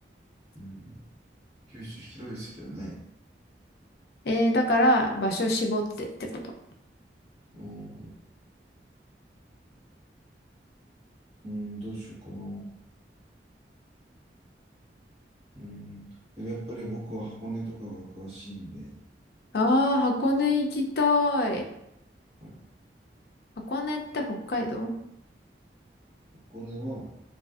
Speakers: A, on the right (about 35°); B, on the left (about 60°).
A: うん。九州広いですけどね。
B: えーだから場所絞ってってこと。
A: うん、うん、どうしようかな。うん。やっぱり僕は箱根とかが詳しいんで。
B: ああ、箱根行きたい。
A: はい。
B: 箱根って北海道
A: 箱根は